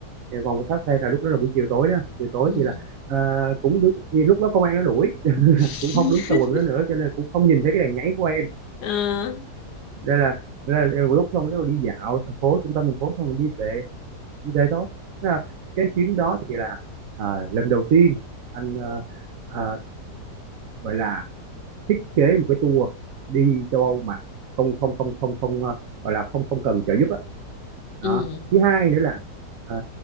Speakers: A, on the right; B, on the left.
A: thì vòng về Thác Phen là lúc đó là buổi chiều tối đó chiều tối
B: ừ
A: thì là à, cũng đứng thì lúc đó công an nó đuổi <laughs>
B: <laughs>
A: cũng không đứng sau quần đó nữa cho nên cũng không nhìn thấy cái đèn nháy của em
B: Ờ,
A: đây là, đây là lúc xong rồi đi dạo thành phố trung tâm thành phố xong rồi đi về đi về thôi Thế là cái chuyến đó thì là à, lần đầu tiên anh à, à, gọi là thiết kế một cái tour đi châu Âu mà không không không không không ờ, gọi là không không cần trợ giúp á đó.
B: ừ
A: thứ hai nữa là ờ,